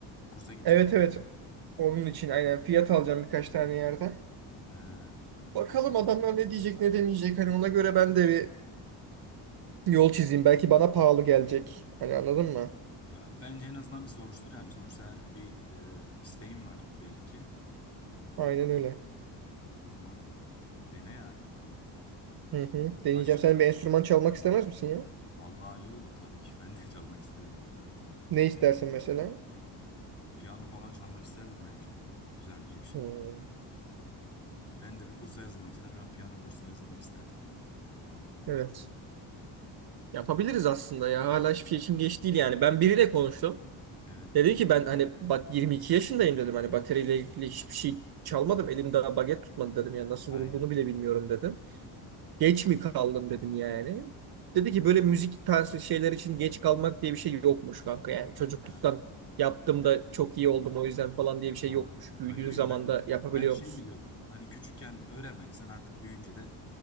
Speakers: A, on the left; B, on the right.
A: kursa gidecektin
B: Evet evet.
A: değil mi?
B: Onun için aynen fiyat alacağım birkaç tane yerden.
A: He.
B: Bakalım adamlar ne diyecek ne demeyecek. Hani ona göre ben de bir yol çizeyim. Belki bana pahalı gelecek. Hani anladın mı?
A: Ya bence en azından bir soruştur yani. Sonuçta her bir e, isteğim var belli ki.
B: Aynen öyle.
A: O zaman dene yani.
B: Hı hı. Deneyeceğim.
A: Başka
B: Sen bir enstrüman çalmak istemez misin ya?
A: vallahi iyi olur tabii ki. <laughs> Ben de çalmak isterim.
B: Ne istersin mesela?
A: Bir piyano falan çalmak isterdim bence. Güzel, iyi bir şekilde.
B: Hmm.
A: Ya ben de bir kursa yazılmak istedim. Ben piyano kursuna yazılmak isterdim hobi olarak.
B: Evet. Yapabiliriz aslında ya. Hala hiçbir şey için geç değil yani. Ben biriyle konuştum.
A: Evet,
B: Dedi ki ben hani bak 22 yaşındayım dedim. Hani bataryayla ilgili hiçbir şey çalmadım. elimde baget tutmadı dedim. Yani nasıl
A: aynen.
B: vurulduğunu bile bilmiyorum dedim. Geç mi kaldım dedim yani. Dedi ki böyle müzik tarzı şeyler için geç kalmak diye bir şey yokmuş kanka. Yani çocukluktan
A: Ha.
B: yaptığımda çok iyi oldum o yüzden falan diye bir şey
A: Aa,
B: yokmuş. Büyüdüğün
A: öyle miyim?
B: zaman
A: Ben
B: da yapabiliyor
A: ben şey
B: musun?
A: biliyordum. Hani küçükken öğrenmedin. sen artık büyüyünce de